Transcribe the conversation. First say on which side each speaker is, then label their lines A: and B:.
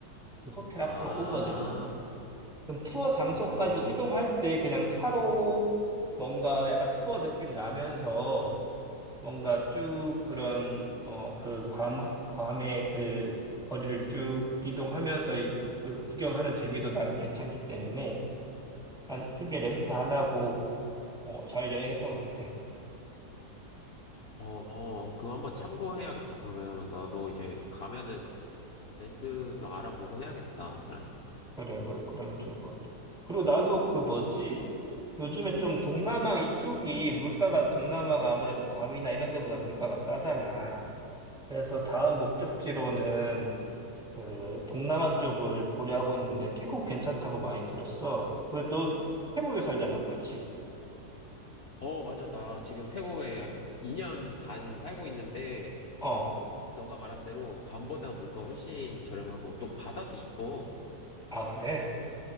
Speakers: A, in the centre; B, on the left.
A: 그 호텔 앞으로
B: 아,
A: 오거든. 그럼 투어 장소까지
B: 어.
A: 이동할 때 그냥 차로 뭔가 약간 투어 느낌 나면서 뭔가 쭉 그런, 어, 그 괌, 괌의 그 거리를 쭉 이동하면서 이- 그 구경하는 재미도 나름 괜찮기 때문에 난 크게 렌트 안 하고, 어, 잘 여행했던 것 같아.
B: 어, 어, 그거 한번 참고해야겠다. 그러면 나도 이제 가면은 렌트도 알아보고 해야겠다. 그래.
A: 그래, 그래. 그러면 좋을 것 같아. 그리고 나도 그 뭐지? 요즘에 좀 동남아 이쪽이 물가가 동남아가 아무래도 괌이나 이런 데보다 물가가 싸잖아. 그래서 다음 목적지로는 그 동남아 쪽을 고려하고 있는데 태국 괜찮다고 많이 들었어. 그 너 태국에 살잖아, 그렇지?
B: 어, 맞아. 나 지금 태국에 2년 반 살고 있는데,
A: 어.
B: 너가 말한 대로 관보다 물가 훨씬 저렴하고, 또 바다도 이뻐.
A: 아 그래?